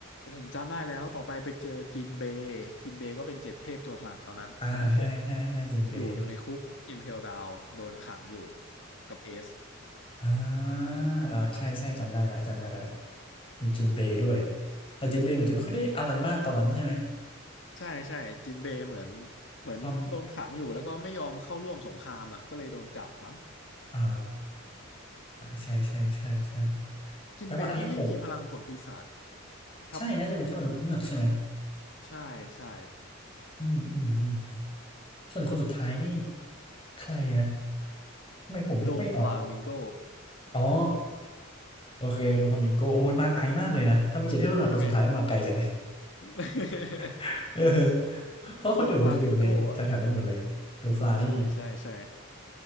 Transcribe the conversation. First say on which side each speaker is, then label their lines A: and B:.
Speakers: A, on the left; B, on the left.
A: ผมจำได้แล้วต่อไปไปเจอจินเบย์จินเบย์ก็เป็นเจ็ดเทพโจรสลัดตอนนั้นคนที่หก
B: อ่าใช่ใช่ใช่จินเบย์
A: อยู่อยู่ในคุกอิมเพลดาวโดนขังอยู่กับเอส
B: อ่าเออใช่ใช่จำได้ละจำได้ละมีจินเบย์ด้วยแต่จินเบย์มันจะไม่ค่อยได้อะไรมากตอนนั้นใช่ไหม
A: ใช่ใช่จินเบย์เหมือนเหมือนโดนขังอยู่แล้วก็ไม่ยอมเข้าร่วมสงครามอ่ะก็เลยโดนจับมั้ง
B: ตอนอ่าใช่ใช่ใช่ใช่
A: จินเบย์นี่ไม่มีพลังผลปีศาจ
B: แปลว่าอันนี้หก
A: ทับ
B: ใช่น่าจะเป็นแค่มนุษย์เงือกใช่ไหม
A: ใช่ใช่
B: อืมอืมอืมส่วนคนสุดท้ายนี่ใครนะทำไมผมนึกไม่ออก
A: โดฟลามิงโก
B: อ๋อโอเคโดฟามิงโกโอ้โหมันมาไกลมากเลยนะถ้าไม่เจ็ดเทพศาสตร์คนสุดท้ายมันมาไกลจังไง
A: ใช่ไหม <laughs>
B: <laughs> เออเพราะคนอื่นมันจะอยู่ในแถวๆนู้นหมดเลยโดฟลานี่
A: โดฟลามิงโก <laughs> อ่ะใช่ใช่ใช่